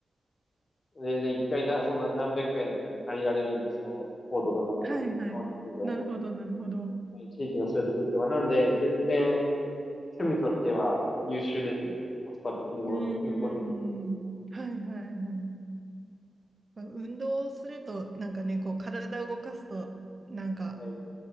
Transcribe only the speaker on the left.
全然一回な、その何百円とかで借りられるんで、その、コートとかも、
少人数でも、
はい地域のそういうとこ行けば、なんで、全然、趣味としては優秀ですね。コスパ的にも、
健康的にも。
はい。